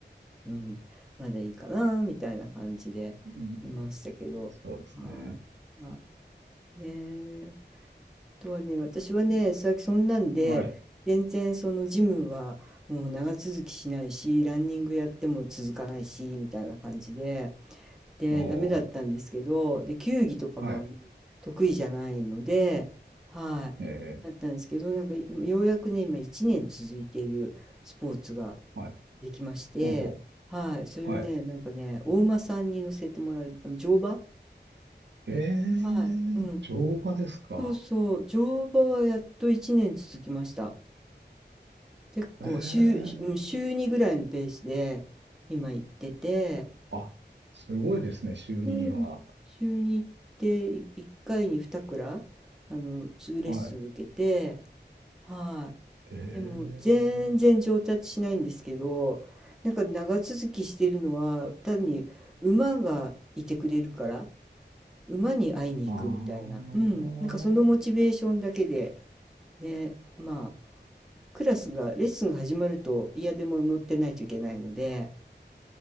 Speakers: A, in the centre; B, on the right.
A: うん、まだいいかな、みたいな感じでいましたけど、
B: うんそうですね。
A: はい。まあ、ねえ。とはね、私はね、
B: い
A: さそんなんで、
B: はい。
A: 全然そのジムはもう長続きしないし、ランニングやっても続かないし、みたいな感じで、で、
B: おー、
A: ダメだったんですけど、で、球技とかもあんまり得意じゃないので、
B: はい。
A: は
B: ええ
A: い、だったんですけど、なんかようやくね、今1年続いているスポーツが
B: はい。
A: できまして、
B: ほうほ
A: はい、それがね、
B: う。はい。
A: なんかね、お馬さんに乗せてもらう、あの乗馬
B: ええ乗馬ですか。
A: はい、うん。そうそう、乗馬はやっと1年続きました。結構週、
B: ええ
A: うん週2ぐらいのペースで今行ってて、
B: あ、すごいですね、就任は。
A: うん、週に行ってい1回に2クラ、あの、ーレッスン受けて、
B: はい。
A: は
B: ええ
A: い。でも全然上達しないんですけど、なんか長続きしてるのは単に馬がいてくれるから、馬に会いに行くみたいな。
B: ああ、
A: うん。なんかそのモチベーションだけで、ね、まあ、クラスが、レッスンが始まると、いやでも乗ってないといけないので、